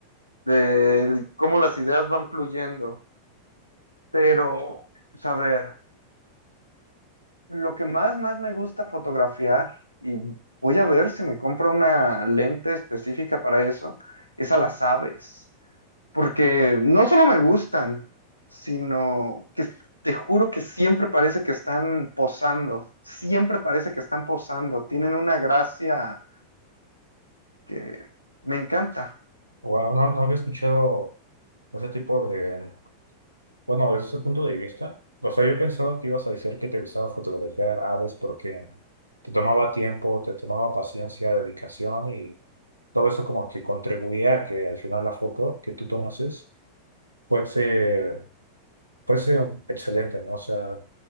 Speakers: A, on the left; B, on the right.
A: De cómo las ideas van fluyendo. Pero, pues, a ver, lo que más, más me gusta fotografiar, y voy a ver si me compro una lente específica para eso, es a las aves. porque no solo me gustan, sino que te juro que siempre parece que están posando, siempre parece que están posando, tienen una gracia que me encanta.
B: wow, no, no había escuchado ese tipo de, bueno, desde ese punto de vista. O sea, yo pensaba que ibas a decir que te gustaba fotografiar aves porque te tomaba tiempo, te tomaba paciencia, dedicación y todo eso como que contribuía a que al final la foto que tú tomases fuese, fuese excelente, ¿no? O sea,